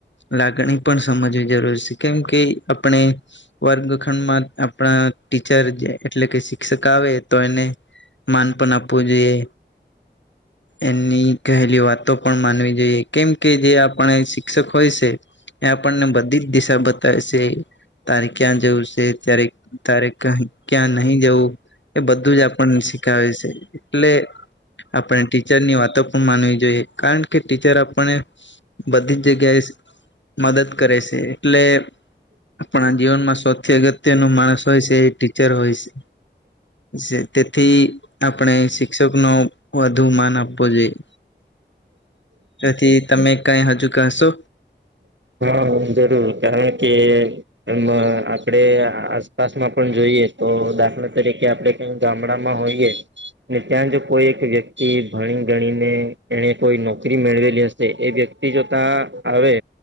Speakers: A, on the left (about 80°); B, on the right (about 80°).
A: લાગણી પણ સમજવી જરૂર છે કેમ કે આપણે વર્ગખંડમાં આપણા ટીચર જે એટલે કે શિક્ષક આવે તો એને માન પણ આપવું જોઈએ. એમની કહેલી વાતો પણ માનવી જોઈએ કેમ કે જે આપણે શિક્ષક હોય છે એ આપણને બધી જ દિશા બતાવે છે. તારે ક્યાં જવું છે, ત્યારે તારે ક ક્યાં નહી જવું. એ બધું જ આપણને શીખાવે છે એટલે આપણા થી ટીચરની વાતો પણ માનવી જોઈએ કારણ કે ટીચર આપને બધી જ જગ્યાએ મદદ કરે છે એટલે આપણા જીવનમાં સૌથી અગત્ય નું માણસ હોય છે એ ટીચર હોય છે. શે. તેથી આપણે શિક્ષક નો વધુ માન આપવો જોઈએ. તેથી તમે કઈ હજુ કશો
B: હા જરૂર કારણ કે એમ આપડણે આસપાસમાં પણ જોઈએ તો દાખલા તરીકે આપણે ગામડામાં હોઈએ ને ત્યાં જો કોઈ એક વ્યક્તિ ભણી ગણીને એને કોઈ નોકરી મેળવેલી હશે એ વ્યક્તિ જો ત્યાં આવે